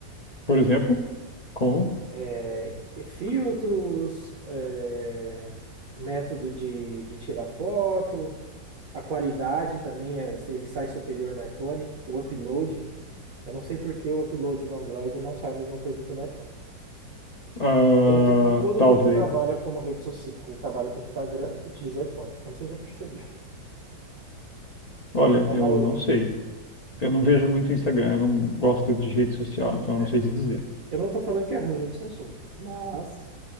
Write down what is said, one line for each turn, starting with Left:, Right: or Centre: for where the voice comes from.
Left: Por exemplo, como?
Right: é, filtros, é, método de, de tirar foto, a qualidade também, é, ele sai superior no iPhone, o upload. Eu não sei por que o upload do Android não sai a mesma coisa do que no iPhone.
Left: Ah,
Right: Tanto que todo
Left: talvez.
Right: mundo que trabalha como rede social, trabalha com Instagram, utiliza iPhone. Eu não sei se você percebeu, <laughs>
Left: Olha, eu
Right: a maioria.
Left: não sei. Eu não vejo muito Instagram, eu não gosto de rede social, então eu
Right: É,
Left: não sei te dizer. <laughs>
Right: eu não estou falando que é ruim o do Samsung, mas